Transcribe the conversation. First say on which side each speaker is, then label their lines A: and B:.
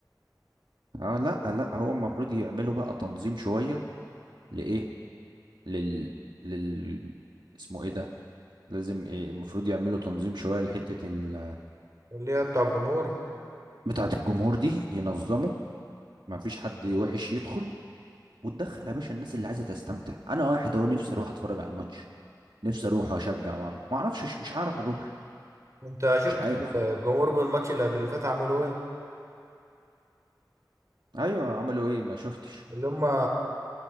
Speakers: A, on the right; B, on the right.
A: اه لا لا هو المفروض يعملوا بقى تنظيم شويه لايه لل لل اسمه ايه ده لازم إيه المفروض يعملوا تنظيم شوية لحتة ال-
B: اللي هي بتاع الجمهور
A: بتاعة الجمهور دي ينظموا ما فيش حد وحش يدخل وتدخل يا باشا الناس اللي عايزة تستمتع أنا واحد أهو نفسي أروح أتفرج على الماتش نفسي أروح وأشجع وأعمل ما أعرفش مش عارف أروح
B: أنت شفت
A: مش عارف
B: الجمهور بالماتش اللي قبل اللي فات عملوا إيه؟
A: أيوه عملوا إيه ما شفتش
B: اللي هما